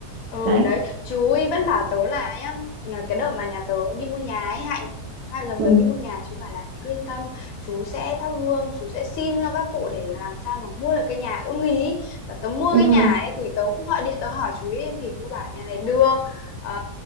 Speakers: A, on the left; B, on the right.
A: ừ
B: đấy
A: đấy chú ấy vẫn bảo tớ là nhá nhờ cái đợt mà nhà tớ đi mua nhà ấy Hạnh hai vợ chồng
B: ừ
A: tớ đi mua nhà chú bảo là cứ yên tâm chú sẽ thắp hương chú sẽ xin cho các cụ để làm sao mà mua được cái nhà ưng ý và tớ mua
B: ừ
A: cái nhà ấy thì tớ cũng gọi điện tớ hỏi chú ấy thì chú bảo nhà này được ờ,